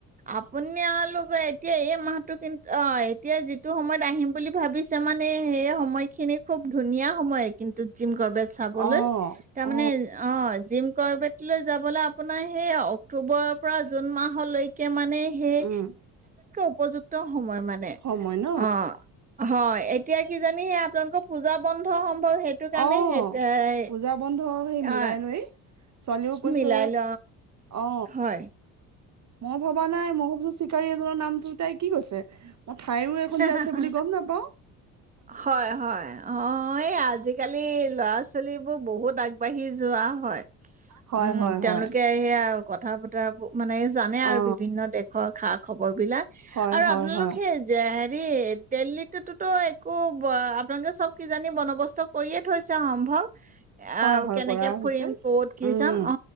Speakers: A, on the right (about 20°); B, on the right (about 45°).
A: আপুনি আ লোগে এতিয়া এই মাহটো কিন্তু অ এতিয়া যিটো সময়ত আহিম বুলি ভাবিছে মানে সেই সময়খিনি খুব ধুনীয়া সময় কিন্তু জিম বাবে চাবলৈ
B: অ
A: তাৰমানে
B: অ
A: অ জিম কৰবেটীলৈ যাবলৈ আপোনাৰ সেইয়া অক্টোবৰৰ পৰা জুন মাহলৈকে কে মানে সেই
B: উম
A: উপযুক্ত সময় মানে
B: সময় ন
A: অ হয় এতিয়া কি জানি সে আপোনালোকৰ পূজা বন সম্ভৱ সেইটো কাৰণে
B: অ
A: সেই
B: পূজা বন্ধ
A: অ
B: মিলাই লৈয় ছোৱালীও কৈছে
A: মিলাই ল
B: অ
A: হয়
B: ম ভবা নাই মহ চিকাৰী এজনৰ নামটো তাই কি কৈছে মই ঠাইৰো এইখন
A: অ
B: যে আছে বুলি গম নাপাও
A: হয় হয় অ আজিকালি ল'ৰা ছোৱালী বহুত আগবাঢ়ি য যোৱা হয়
B: হয়
A: উম
B: হয়
A: তেওঁলোকে
B: হয়
A: সেয়া কথা বতৰাবোৰ মানে জানে আৰু
B: অ
A: বিভিন্ন দেশৰ খষ খবৰ বিলাক
B: হয়
A: আৰু
B: হয়
A: আপোনালোকে
B: হয়
A: যে দ দিল্লীতোতো আো আপোনালোকে চব কিজানি বন্দবস্ত কৰিয়ে থৈছে সম্ভৱ আহ
B: হয় হয়
A: কেনেকে
B: কৰা
A: ফুৰিম
B: হৈছে
A: কত কি
B: উম
A: চাম অ